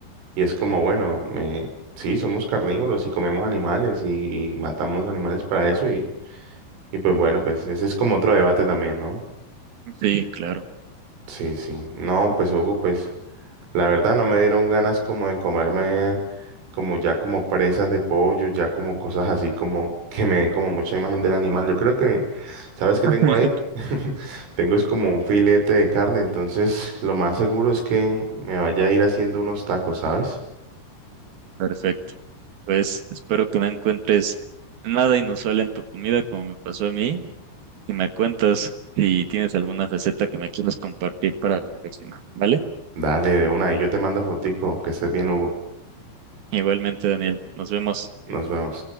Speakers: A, on the right; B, on the right.
A: y es como, bueno, me- sí, somos carnívoros y comemos animales y, y matamos animales para eso y, y pues bueno, pues ese es como otro debate también, ¿no?
B: Sí, claro.
A: Sí, sí. No, pues Hugo, pues... La verdad no me dieron ganas como de comerme como ya como presas de pollo, ya como cosas así como <laughs> que me den como mucha imagen del animal. Yo creo que, ¿sabes
B: <laughs>
A: qué tengo ahí? <laughs> Tengo es como un filete de carne, entonces lo más seguro es que me vaya a ir haciendo unos tacos, ¿sabes?
B: Perfecto. Pues espero que no encuentres nada inusual en tu comida como me pasó a mí y me cuentas si tienes alguna receta que me quieras compartir para la próxima, ¿vale?
A: Dale, de una, y yo te mando fotico, que estés bien, Hugo.
B: Igualmente, Daniel, nos vemos.
A: Nos vemos.